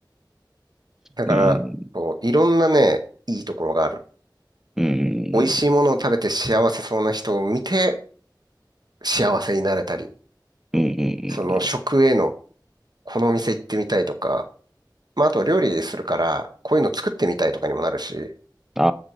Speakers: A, on the right (about 60°); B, in the centre.
A: だから、
B: うん。
A: こういろんなね、いいところがある。
B: うん。
A: 美味しいものを食べて幸せそうな人を見て幸せになれたり、
B: うん。うん。
A: その食への、
B: うん
A: このお店行ってみたいとか、まああと料理するから、こういうの作ってみたいとかにもなるし、
B: あ